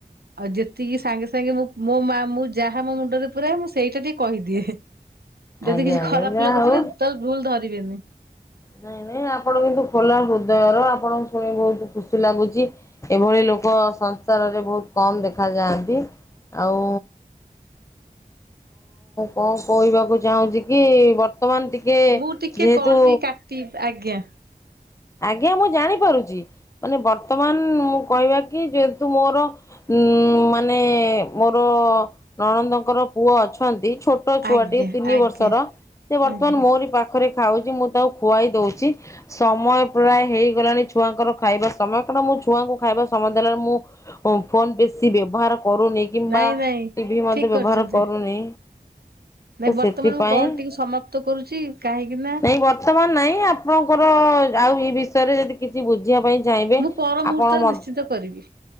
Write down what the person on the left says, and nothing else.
ଆଜ୍ଞା
ଆଜ୍ଞା
ଯାହା
ହଉ
ନାଇଁ ନାଇଁ ଆପଣ କିନ୍ତୁ ଖୋଲା ହୃଦୟର ଆପଣ ଶୁଣି ବହୁତ ଖୁସି ଲାଗୁଛି ଏଭଳି ଲ ସଂସାରରେ ବହୁତ୍ କମ ଦେଖା ଯାଆନ୍ତି। ଆଉ କଣ କହିବାକୁ ଚାହୁଁଛି କି ବର୍ତ୍ତମାନ ଟିକେ
ଯେହେତୁ
ଆଜ୍ଞା ମୁଁ ଜାଣିପାରୁଛି ମାନେ ବର୍ତ୍ତମାନ ମୁଁ କହିବା କି ଯେହେତୁ ମୋର। ଉ ମାନେ ମୋର ନଣନ୍ଦଙ୍କର ପୁଅ ଅଛନ୍ତି। ଛୋଟ ଛୁଆଟି
ତିନି
ବର୍ଷର ସେ ବର୍ତ୍ତମାନ
ମୋରି ପାଖରେ ଖାଉଛି ମୁଁ ତାକୁ ଖୁଆଇ ଦଉଛି ସମୟ ପ୍ରାୟ ହେଇଗଲାଣି ଛୁଆଙ୍କର ଖାଇବା ସମୟ କାରଣ ମୁଁ ଛୁଆଙ୍କୁ ଖାଇବା ସମୟ ଦେଲା ମୁଁ ମୁଁ ଫୋନ୍ ବେଶୀ ବ୍ୟବହାର କରୁନି କିମ୍ବା
ଟି ଭି ମଧ୍ୟ
ବ୍ୟବହାର
କରୁନି।
ତ
ସେଥିପାଇଁ,
ନାଇଁ ବର୍ତ୍ତମାନ ନାଇଁ ଆପଣଙ୍କର-ଅ-ଅ ଆଉ ଏ ବିଷୟରେ ଯଦି କିଛି ବୁଝିବା ପାଇଁ ଚାହିଁବେ
ଆପଣ
ମ